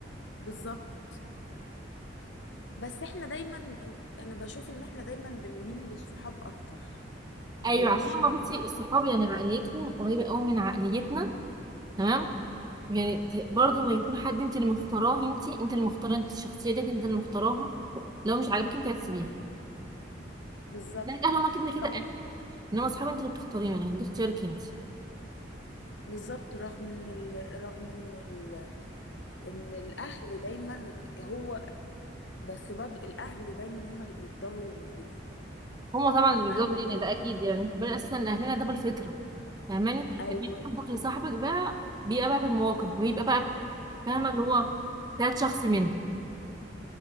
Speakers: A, on the left; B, on the right.
A: بالظبط بس احنا دايما إن- انا بشوف ان احنا دايما بنميل للصحاب اكتر
B: ايوه
A: ولا
B: عشان
A: انت شايفه
B: لما بصي
A: ايه
B: الصحاب يعني عقليتهم قريبه قوي من عقليتنا تمام يعني ت- برضه ما يكون حد انت اللي مختاراه انت انت اللي مختاره انت الشخصيه ديت انت اللي مختاراها لو مش عاجبك انت هتسيبيها
A: بالظبط
B: ده الاهل هما كده كده
A: رغم
B: اهل انما الصحاب انت اللي بتختاريهم يعني ده اختيارك انت
A: بالظبط رغم ان ال... رغم ان ال... ان الاهل دايما هو بس برضو الاهل دايما هم اللي بيفضلوا موجودين
B: هما طبعا
A: يعني
B: اللي
A: مهما
B: بيقدروا لينا
A: كان
B: ده اكيد يعني ربنا اساسا لاهلنا ده بالفطره فاهماني
A: ايوه
B: إنما حبك لصاحبك بقى بيبقى بقى بالمواقف بيبقى بقى فاهمه اللي هو ده شخص منك